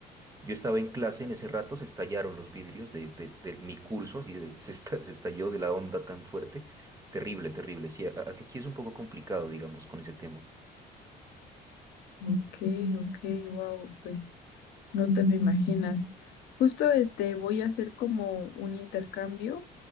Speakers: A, on the right; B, on the left.
A: Yo estaba en clase, en ese rato se estallaron los vidrios de, de- de mi curso, así de- <laughs> se, esta- se estalló de la onda tan fuerte. Terrible, terrible. Sí, a- a- aquí es un poco complicado, digamos, con ese tema.
B: Ok, ok, wow, pues no te lo imaginas. Justo este voy a hacer como un intercambio